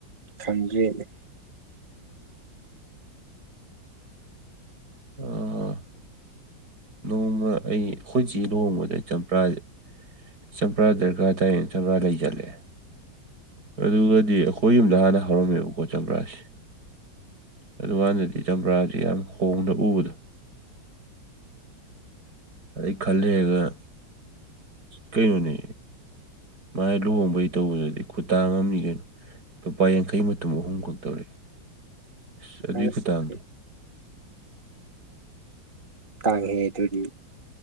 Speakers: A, on the right; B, on the right.
A: ꯈꯪꯗ꯭꯭ꯔꯦꯅꯦ
B: ꯑꯣ ꯅꯣꯡꯃ ꯑꯩ ꯑꯩꯈꯣꯏ ꯆꯦ ꯂꯨꯍꯣꯡꯕꯗ ꯆꯝꯄꯔꯥꯁꯦ ꯆꯝꯄ꯭ꯔꯥ ꯗꯔꯀꯥꯔ ꯇꯥꯏꯌꯦ ꯆꯝꯄ꯭ꯔꯥ ꯂꯩ ꯆꯠꯂꯦ ꯑꯗꯨꯒꯗꯤ ꯑꯩꯈꯣꯏ ꯌꯨꯝꯗ ꯍꯥꯟꯅ ꯍꯧꯔꯝꯃꯦꯕꯀꯣ ꯆꯝꯄ꯭ꯔꯥꯁꯦ ꯑꯗꯨꯀꯥꯟꯗꯗꯤ ꯆꯝꯄ꯭ꯔꯥꯥꯁ ꯌꯥꯝ ꯍꯣꯡꯅ ꯎꯕꯗꯣ ꯑꯗꯩ ꯈꯔꯂꯩꯔꯒ ꯑ ꯀꯩꯅꯣꯅꯦ ꯃꯥꯏ ꯂꯨꯍꯣꯡꯕꯩ ꯇꯧꯕꯗꯨꯗꯤ ꯈꯨꯇꯇꯥ ꯑꯃꯅꯤ ꯀꯩꯅꯣ ꯂꯨꯄꯥ ꯌꯥꯡꯈꯩ ꯃꯇꯨꯝ ꯑꯍꯨꯝꯈꯛ ꯇꯧꯔꯛꯑꯦ ꯑꯁ ꯑꯗꯨꯏ
A: ꯑꯁ
B: ꯈꯨꯊꯥꯡꯗꯣ
A: ꯇꯥꯡꯉꯦꯍꯦ ꯑꯗꯨꯗꯤ